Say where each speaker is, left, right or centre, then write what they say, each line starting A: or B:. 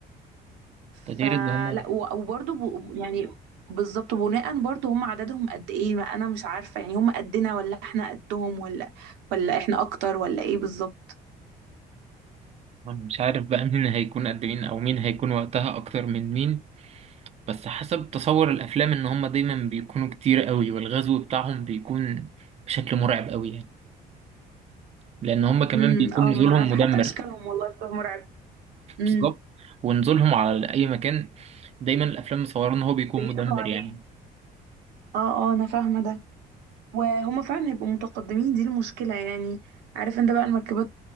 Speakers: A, on the right; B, on the right.
A: فلا
B: ده غير ان هما
A: و- وبرضه ب- يعني بالظبط بناء برضه هم عددهم قد إيه ما أنا مش عارفة يعني هم قدنا ولا إحنا قدهم ولا ولا إحنا أكتر ولا إيه بالظبط
B: أنا مش عارف بقى مين هيكون قد مين او مين هيكون وقتها اكتر من مين بس حسب تصور الافلام ان هم دايما بيكونوا كتير قوي والغزو بتاعهم بيكون بشكل مرعب قوي يعني لان هم كمان
A: امم
B: بيكون
A: اه
B: نزولهم
A: ما أنا عارفة
B: مدمر
A: حتى أشكالهم والله بتبقى مرعبة امم
B: بالظبط ونزولهم على اي مكان دايما الافلام مصوره ان هو بيكون
A: بيقضوا
B: مدمر
A: عليه
B: يعني
A: اه اه أنا فاهمة ده وهما فعلا هيبقوا متقدمين دي المشكلة يعني عارف انت بقى المركبات